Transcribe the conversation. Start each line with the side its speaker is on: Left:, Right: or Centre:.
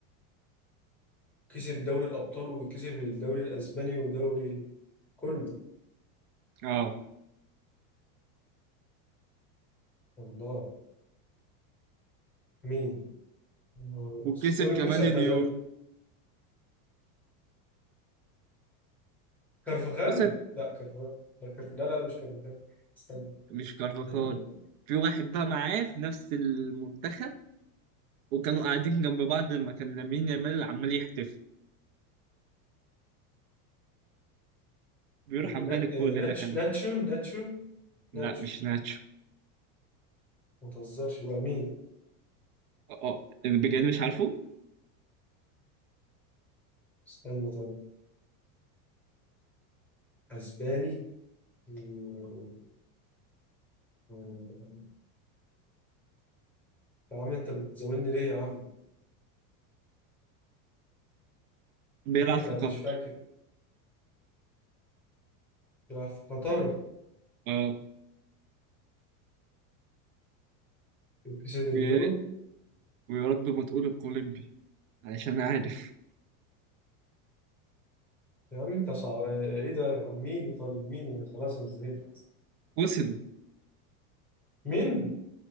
Centre: كسب دوري الأبطال وكسب الدوري الأسباني ودوري ال- كله
Right: اه
Centre: الله مين الله.
Right: وكسب
Centre: بس توني
Right: كمان
Centre: كروس اعتزل
Right: اليورو
Centre: كارفغال
Right: بص
Centre: لا كارفغال لا كارفغال لا لا لا، مش كارفغال استنى
Right: مش كارفاخال
Centre: آه،
Right: في واحد بقى معاه في نفس المنتخب وكانوا قاعدين جنب بعض لما كان لامين يامال عمال يحتفل بيروح
Centre: آه،
Right: عمال
Centre: نات-
Right: الكل
Centre: آه، ناتش-
Right: ده خلي بالك.
Centre: ناتشو ناتشو
Right: لا
Centre: ناتشو
Right: مش ناتشو
Centre: ما تهزرش بقى مين
Right: اه اللي بجد مش عارفه
Centre: استنى طيب أسباني آه، آه، يا عم انت بتزولني ليه يا عم
Right: بيلعب
Centre: ميخا
Right: في قطر
Centre: مش فاكر راح في قطر
Right: اه
Centre: كسب اليورو
Right: ويا ريت- ويا رب ما تقول الكولومبي علشان عارف
Centre: يا عم انت صعب ايه ده يا عم مين طيب مين اللي خلاص أنا زهقت
Right: كوسيلو
Centre: مين